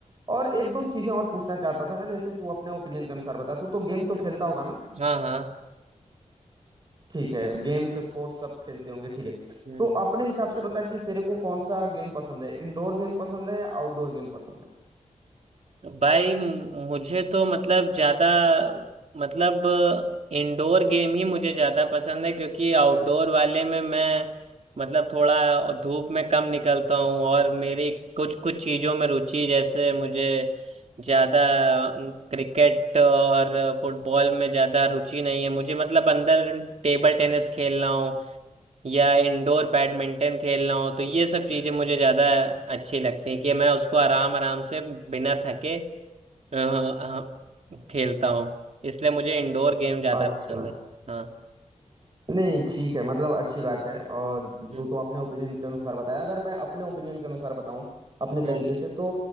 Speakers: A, on the right (about 35°); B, on the right (about 60°).
A: और एक दो चीजें और पूछना चाहता था जैसे तू अपने ओपिनियन के अनुसार बता तू तो गेम तो खेलता होगा ना
B: हाँ हाँ
A: ठीक है गेम्स स्पोर्ट्स सब खेलते होंगे ठीक है
B: हाँ
A: तो अपने हिसाब से बता कि तेरे को कौन सा गेम पसंद है इंडोर गेम पसंद है या आउटडोर गेम पसंद है
B: भाई मु- मुझे तो मतलब ज्यादा मतलब इंडोर गेम ही मुझे ज्यादा पसंद है क्योंकि आउटडोर वाले में मैं मतलब थोड़ा धूप में कम निकलता हूँ और मेरी कुछ कुछ चीजों में रुचि जैसे मुझे ज्यादा क्रिकेट और फुटबॉल में ज्यादा रुचि नहीं है मुझे मतलब अंदर टेबल टेनिस खेलना हो या इंडोर बैडमिंटन खेलना हो तो ये सब चीजें मुझे ज्यादा अच्छी लगती हैं कि मैं उसको आराम आराम से बिना थके अ, हाँ, खेलता हूँ इसलिए मुझे इंडोर गेम ज्यादा
A: अच्छा
B: पसंद है हाँ
A: नहीं ठीक है मतलब अच्छी बात है और
B: हम्म,
A: तो तो अपने ओपिनियन के अनुसार बताया अगर मैं अपने ओपिनियन के अनुसार बताऊं अपने
B: हाँ
A: तरीके से तो